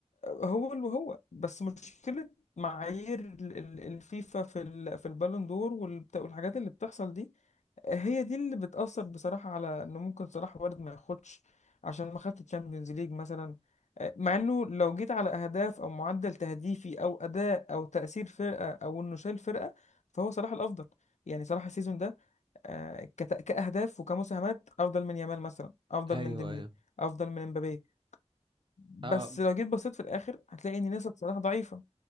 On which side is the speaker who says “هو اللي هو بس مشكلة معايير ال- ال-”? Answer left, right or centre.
Left